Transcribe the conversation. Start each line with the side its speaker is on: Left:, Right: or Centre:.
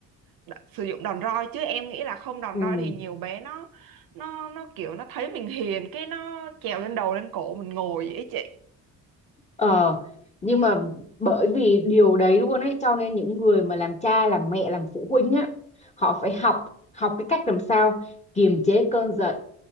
Right: đ- sử dụng đòn roi chứ em nghĩ là không đòn
Left: ừ.
Right: roi thì nhiều bé nó nó nó kiểu nó thấy mình hiền cái nó trèo lên đầu lên cổ mình ngồi vậy ấy chị
Left: Ờ, nhưng mà bởi vì điều đấy luôn ấy cho nên những người mà làm cha làm mẹ làm phụ huynh á họ phải học học cái cách làm sao kiềm chế cơn giận